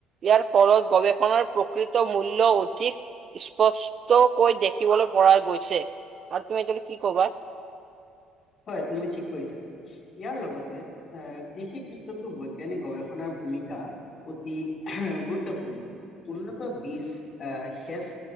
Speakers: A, on the right; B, on the left.
A: ইয়াৰ ফলত গৱেষণাৰ প্ৰকৃত মূল্যৰ অধিক- স্পষ্টকৈ দেখিবলৈ পৰা গৈছে আৰু তুমি এতিয়া কি কবা।
B: হয় তুমি ঠিক কৈছা। ইয়াৰ লগতে এ কৃষি ক্ষেত্ৰতো বৈজ্ঞানিক গৱেষণাৰ ভূমিকা- অতি গুৰুত্বপূৰ্ণ। উন্নত বীজ আহ শেচ